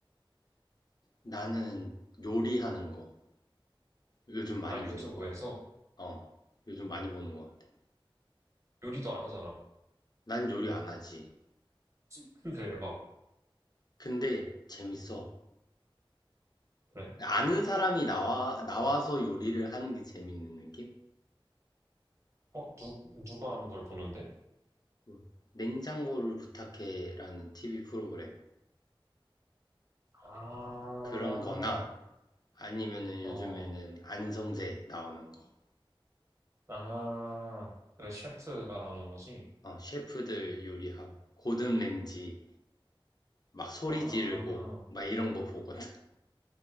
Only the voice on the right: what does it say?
아, 유튜브에서
요리도 안 하잖아.
근데 왜 봐?
그래?
어, 누, 누가 하는 걸 보는데?
아,
어,
아, 그 셰프 말하는 거지?
아.